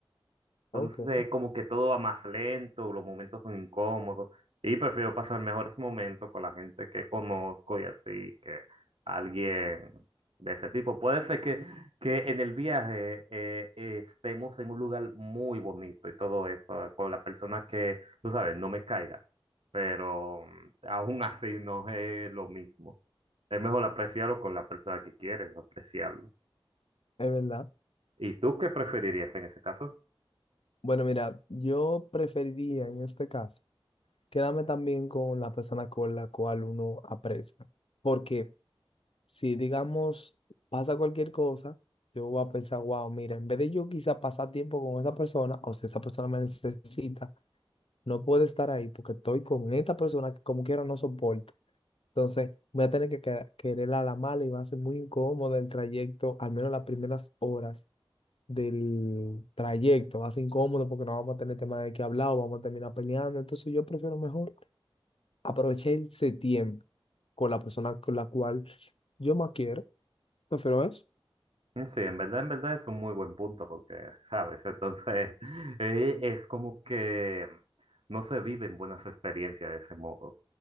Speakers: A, on the right; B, on the left.
A: Entonces,
B: Ok, es
A: como que todo va más lento, los momentos son incómodos y prefiero pasar mejores momentos con la gente que conozco y así que alguien de ese tipo. Puede ser que, que en el viaje eh, eh, estemos en un lugar muy bonito y todo eso, eh, con la persona que, tú sabes, no me caiga, pero mm, aún así no es lo mismo. Es mejor apreciarlo con la persona que quieres, apreciarlo.
B: verdad.
A: ¿Y tú qué preferirías en ese caso?
B: Bueno, mira, yo preferiría en este caso quedarme también con la persona con la cual uno aprecia, porque si digamos pasa cualquier cosa, yo voy a pensar, wow, mira, en vez de yo quizá pasar tiempo con esa persona, o si esa persona me necesita, no puedo estar ahí porque estoy con esta persona que como quiera no soporto. Entonces voy a tener que que- querer a la mala y va a ser muy incómodo el trayecto, al menos las primeras horas del trayecto. Va a ser incómodo porque no vamos a tener tema de qué hablar o vamos a terminar peleando. Entonces yo prefiero mejor aprovechar ese tiempo con la persona con la cual yo más quiero. Prefiero eso.
A: Mm, Sí, en verdad, en verdad es un muy buen punto porque, ¿sabes? Entonces, <laughs> eh, es como que no se viven buenas experiencias de ese modo.